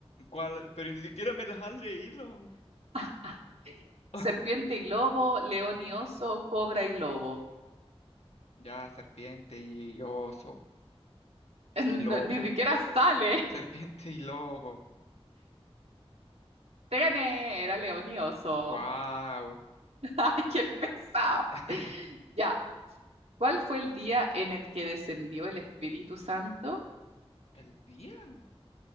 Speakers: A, on the left; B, on the right.
A: ¿Cuál? Pero ni siquiera me las has leído.
B: Ah,
A: <laughs>
B: serpiente y lobo, león y oso, cobra y lobo.
A: Ya, serpiente y oso
B: <laughs>
A: y lobo.
B: No, ni siquiera sale.
A: Serpiente y lobo.
B: Te gané, era león y oso.
A: Wow.
B: <laughs> Ay, qué pesado.
A: <laughs>
B: Ya. ¿Cuál fue el día en el que descendió el Espíritu Santo?
A: ¿El día?